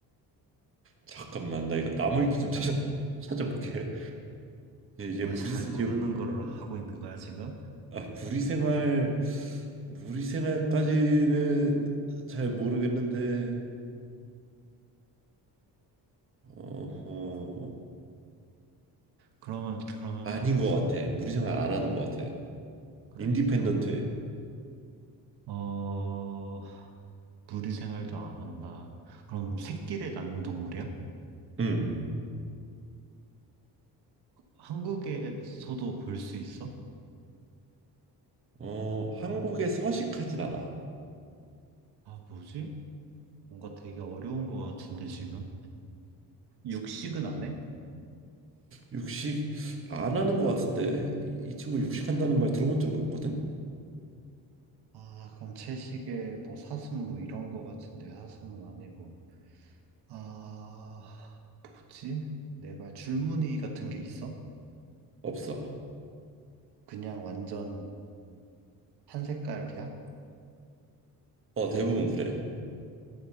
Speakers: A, on the right; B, on the right.
A: 잠깐만, 나 이거 나무 위키 좀 <laughs> 찾아 찾아볼게. 얘, 얘
B: 뭐잘
A: 무리 얘,
B: 모르는 거를 하고 있는 거야, 지금?
A: 아, 무리 생활 무리 생활까지는 잘 모르겠는데. 어허.
B: 그러면, 그러면은,
A: 아닌 것 같아. 무리 생활 안 하는
B: 아,
A: 것 같아.
B: 그래?
A: 인디펜던트해.
B: 그러면, 어, 무리 생활도 안 한다. 그럼 새끼를 낳는 동물이야?
A: 음.
B: 한국에서도 볼 수 있어?
A: 어, 한국에 서식하진 않아.
B: 아, 뭐지? 뭔가 되게 어려운 거 같은데, 지금? 육식은 안 해?
A: 육식 안 하는 것 같은데 이, 이 친구 육식한다는 말 들어본 적이 없거든?
B: 아, 그럼 채식에 뭐 사슴 뭐 이런 거 같은데, 사슴은 아니고. 아, 뭐지? 내발 줄무늬 같은 게 있어?
A: 없어.
B: 그냥 완전 한 색깔이야?
A: 어, 대부분 그래.